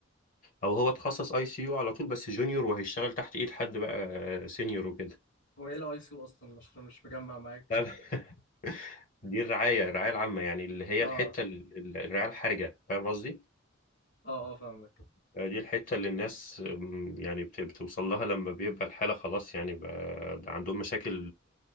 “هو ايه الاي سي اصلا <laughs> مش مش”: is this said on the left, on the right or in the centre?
Left